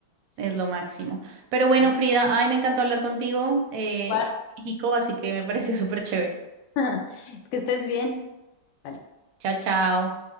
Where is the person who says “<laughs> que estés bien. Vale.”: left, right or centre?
Left